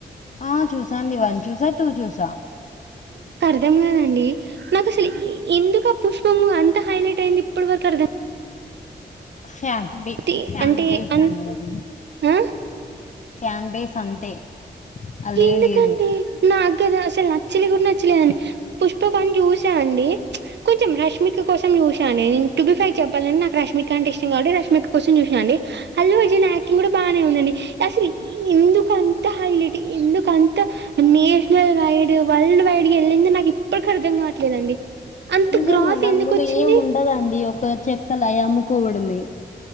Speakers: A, on the left; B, on the right.
A: ఆ చూసాండి వన్ చూసా టూ చూసా
B: అర్థం కదండి నాకు అసలు ఏ ఎందుకో ఆ పుష్పము అంత హైలైట్ అయింది ఇప్పటి వరకు అర్థం
A: ఫ్యాన్ బే
B: టె అంటే
A: బేస్
B: అంటే
A: అండి అది
B: ఆ
A: ఫ్యాన్ బేస్ అంతే అల్లేం
B: ఎందుకండి
A: లేదు
B: నాక్ అసలు నచ్చలే కూడా నచ్చలేదండి పుష్ప పని చూసా అండి కొంచెం రష్మిక కోసం చూసడి నూ బి ఫైవ్ <unintelligible> చెప్పాల నాకు రష్మిక అంట ఇష్టం కా రష్మిక కోసం చూాం అల్లుజ యాక్టింగ్ కూడా బాగానే ఉందండి అసలు ఎందుకు అంత హైలైట్ ఎందుక అంతా నేషనల్ వైడ్ వరల్డ్ వైడ్ గా వెళ్ళింది నాకు ఇప్పటికి అర్థం కావట్లేదండి అంత
A: నిజంగాండి
B: గ్రాఫ్
A: అందులో
B: ఎందుకు వచ్చింది
A: ఏం ఉండదండి ఒక చెక్కలు అయ్యి అమ్ముకోవడమే